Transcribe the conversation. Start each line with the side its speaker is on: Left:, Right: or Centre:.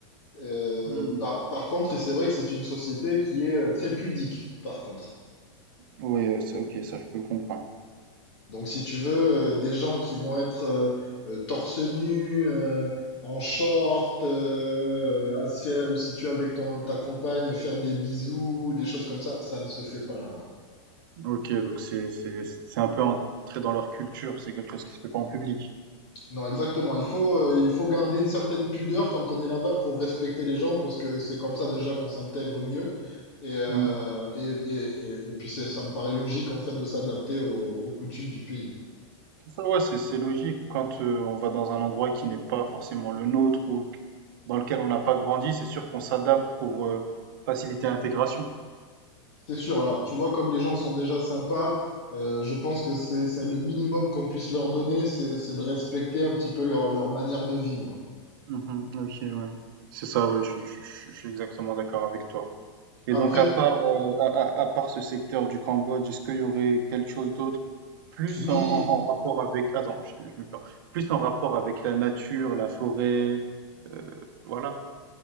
Left: Euh,
Right: Oui
Left: par, par contre, et c'est vrai que c'est une société qui est euh, très pudique, par contre.
Right: OK, ça je peux le comprendre.
Left: Donc, si tu veux, euh, des gens qui vont être euh, euh, torse nu, euh, en short, euh, à se faire- ou si tu es avec ton, ta compagne, faire des bisous, des choses comme ça, ça ne se fait pas là-bas.
Right: OK, donc c'est c'est c'est un peu entrer dans leur culture, c'est quelque chose qui se fait pas en public.
Left: Non, exactement. Il faut, euh, il faut garder une certaine pudeur quand on est là-bas pour respecter les gens parce que c'est comme ça déjà qu'on s'intègre mieux. Et, euh,
Right: Mmh.
Left: et, et, et, et puis c'est- ça me paraît logique en fait de s'adapter aux, aux coutumes du pays.
Right: C'est ça, ouais, c'est c'est logique. Quand euh, on va dans un endroit qui n'est pas forcément le nôtre ou dans lequel on n'a pas grandi, c'est sûr qu'on s'adapte pour euh, faciliter l'intégration.
Left: C'est sûr. Alors, tu vois, comme les gens sont déjà sympas, euh, je pense que c'est, c'est le minimum qu'on puisse leur donner, c'est, c'est de respecter un petit peu leur, leur manière de vivre.
Right: Mhm, ok, ouais. C'est ça, ouais, je, je- je- je suis exactement d'accord avec toi. Et
Left: Après,
Right: donc, à part, euh, à, à- à part ce secteur du Cambodge, est-ce qu'il y aurait quelque chose d'autre plus
Left: oui,
Right: en, en- en rapport avec, attends, je, je me perds, plus en rapport avec la nature, la forêt, euh, voilà.